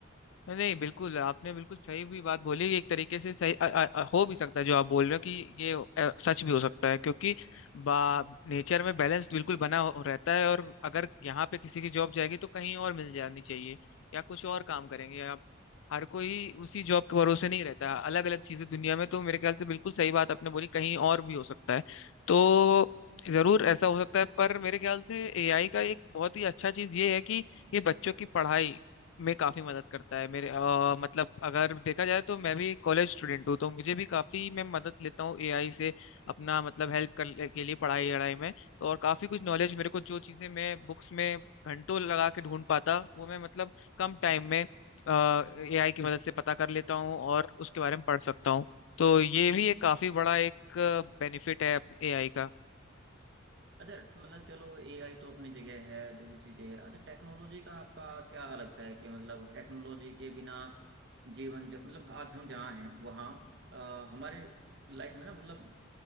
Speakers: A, on the left; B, on the right.
A: नहीं बिल्कुल आपने बिल्कुल सही भी बात बोली एक तरीके से सही अ, अ, अ, हो भी सकता है जो आप बोल रहे हो कि ये अ, सच भी हो सकता है क्योंकि बा नेचर में बैलेंस बिल्कुल बना हो, रहता है और अगर यहाँ पे किसी की जॉब जाएगी तो कहीं और मिल जानी चाहिए या कुछ और काम करेंगे आप हर कोई उसी जॉब के भरोसे नहीं रहता अलग अलग चीजें दुनिया में तो मेरे ख्याल से बिल्कुल सही बात आपने बोली कहीं और भी हो सकता है तो जरूर ऐसा हो सकता है पर मेरे ख्याल से एआई का एक बहुत ही अच्छा चीज ये है कि ये बच्चों की पढ़ाई में काफी मदद करता है मेरे अ, मतलब अगर देखा जाए तो मैं भी कॉलेज स्टूडेंट हूँ तो मुझे भी काफी मैं मदद लेता हूँ एआई से अपना मतलब हेल्प करने के लिए पढ़ाई लड़ाई में तो और काफी कुछ नॉलेज मेरे को जो चीजें मैं बुक्स में घंटों लगा के ढूंढ पाता वो मैं मतलब कम टाइम में एआई की मदद से पता कर लेता हूँ और उसके बारे में पढ़ सकता हूँ तो ये भी एक काफी बड़ा एक बेनिफिट है एआई का
B: अच्छा मतलब चलो एआई तो अपनी जगह है जो भी चीजें हैं अच्छा टेक्नोलॉजी का आपका क्या लगता है कि मतलब टेक्नोलॉजी के बिना जीवन ज, मतलब आज हम जहाँ हैं वहाँ अ, हमारे लाइफ में ना मतलब